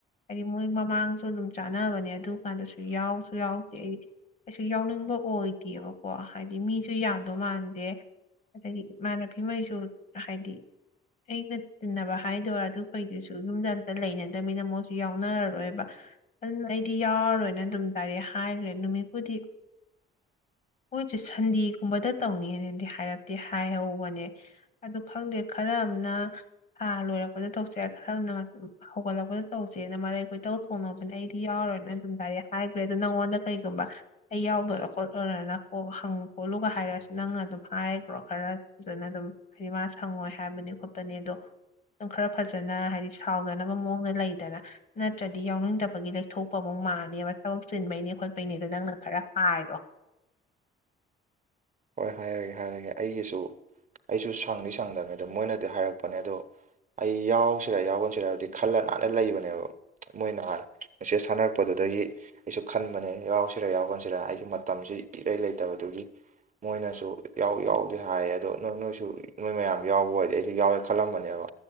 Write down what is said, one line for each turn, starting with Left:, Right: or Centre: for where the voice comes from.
Left: ꯍꯥꯏꯗꯤ ꯃꯣꯏ ꯃꯃꯥꯡꯁꯨ ꯑꯗꯨꯝ ꯆꯥꯟꯅꯕꯅꯦ ꯑꯗꯨ ꯀꯥꯟꯗꯁꯨ ꯌꯥꯎꯁꯨ ꯌꯥꯎꯗꯦ ꯑꯩꯗꯤ ꯀꯩꯁꯨ ꯌꯥꯎꯅꯤꯡꯕ ꯑꯣꯏꯗꯦꯕꯀꯣ ꯍꯥꯏꯗꯤ ꯃꯤꯁꯨ ꯌꯥꯗꯧ ꯃꯥꯟꯗꯦ ꯑꯗꯒꯤ ꯏꯃꯅꯕꯤꯉꯩꯁꯨ ꯍꯥꯏꯗꯤ ꯑꯩꯅ ꯇꯤꯟꯅꯕ ꯍꯥꯏꯗꯣꯏꯔꯥ ꯑꯗꯨ ꯐꯩꯗꯨꯁꯨ ꯌꯨꯝꯗ ꯑꯝꯇ ꯂꯩꯅꯗꯃꯤꯅ ꯃꯣꯏꯁꯨ ꯌꯥꯎꯅꯔꯔꯣꯏꯕ ꯑꯗꯨ ꯑꯩꯗꯤ ꯌꯥꯎꯔꯔꯣꯏꯅ ꯑꯗꯨꯝ ꯂꯗꯥꯏꯔ ꯍꯥꯏꯈ꯭ꯔꯦ ꯅꯨꯃꯤꯠꯄꯨꯗꯤ
Right: <inaudible>
Left: ꯃꯣꯏꯁꯦ ꯁꯟꯗꯦꯒꯨꯝꯕꯗ ꯇꯧꯅꯤꯅꯗꯤ ꯍꯥꯏꯔꯞꯇꯗꯤ ꯍꯥꯏꯍꯧꯕꯅꯦ ꯑꯗꯨ ꯈꯪꯗꯦ ꯈꯔ ꯊ ꯂꯣꯏꯔꯛꯄꯗ ꯇꯧꯁꯦ ꯈꯔꯅ ꯍꯧꯒꯠꯂꯛꯄꯗ ꯇꯧꯁꯦꯅ ꯃꯔꯩ ꯑꯩꯈꯣꯏ ꯇꯧ ꯊꯣꯡꯅꯕꯅꯦ ꯑꯩꯗꯤ ꯌꯥꯎꯔꯣꯏꯅ ꯑꯗꯨꯝꯗꯥꯏꯗꯤ ꯍꯥꯏꯈ꯭ꯔꯦ ꯑꯗꯨꯗꯣ ꯅꯉꯣꯟ ꯀꯩꯒꯨꯝꯕ ꯑꯩ ꯌꯥꯎꯗꯣꯏꯔ ꯈꯣꯠꯂꯣꯏꯔꯅ ꯍꯪ ꯈꯣꯠꯂꯨꯒ ꯍꯥꯏꯔꯁꯨ ꯅꯪꯅ ꯑꯗꯨꯝ ꯍꯥꯏꯈ꯭ꯔꯣ ꯈꯔ ꯐꯖꯅ ꯑꯗꯨꯝ ꯍꯥꯏꯗꯤ ꯃꯥ ꯁꯪꯉꯣꯏ ꯍꯥꯏꯕꯅꯤ ꯈꯣꯠꯄꯅꯤ ꯑꯗꯣ ꯑꯗꯨꯝ ꯈꯔ ꯐꯖꯅ ꯍꯥꯏꯗꯤ ꯁꯥꯎꯗꯅꯕ ꯃꯑꯣꯡꯗ ꯂꯩ ꯗꯅ ꯅꯠꯇ꯭ꯔꯗꯤ ꯌꯥꯎꯅꯤꯡꯗꯕꯒꯤ ꯂꯩꯊꯣꯛꯄ ꯑꯃꯨ ꯃꯥꯜꯂꯕ ꯊꯕꯛ ꯆꯤꯟꯕꯩꯅꯦ ꯈꯣꯠꯄꯩꯅꯦꯗ ꯅꯪꯅ ꯈꯔ ꯥꯏꯔꯣ
Right: ꯍꯣꯏ ꯍꯥꯏꯔꯒꯦ ꯍꯥꯏꯔꯒꯦ ꯑꯩꯒꯤꯁꯨ ꯑꯩꯁꯨ ꯁꯪꯗꯤ ꯁꯪꯗꯕꯅꯦꯗ ꯃꯣꯏꯅꯗꯤ ꯍꯥꯏꯔꯛꯄꯅꯦ ꯑꯗꯣ ꯑꯩ ꯌꯥꯎꯁꯤꯔꯦ ꯌꯥꯎꯒꯟꯁꯤꯔꯦ ꯍꯥꯏꯕꯗꯤ ꯈꯜꯂ ꯅꯥꯟꯅ ꯂꯩꯕꯅꯦꯕ ꯃꯣꯏꯅꯥꯟ ꯃꯦꯁꯦꯖ ꯁꯥꯟꯅꯔꯛꯄꯗꯨꯗꯒꯤ ꯑꯩꯁꯨ ꯈꯟꯕꯅꯦ ꯌꯥꯎꯁꯤꯔ ꯌꯥꯎ ꯈꯟꯁꯤꯔ ꯑꯩꯁꯦ ꯃꯇꯝꯁꯤ ꯏꯔꯩ ꯂꯩꯇꯕꯗꯨꯒꯤ ꯃꯣꯏꯅꯁꯨ ꯌꯥꯎ ꯌꯥꯎꯗꯦ ꯍꯥꯏꯌꯦ ꯑꯗꯣ ꯅꯣꯏ ꯅꯣꯏꯁꯨ ꯅꯣꯏ ꯃꯌꯥꯝ ꯌꯥꯎꯕ ꯑꯣꯏꯔꯗꯤ ꯑꯩꯁꯨ ꯌꯥꯎꯋꯦ ꯈꯜꯂꯝꯕꯅꯦꯕ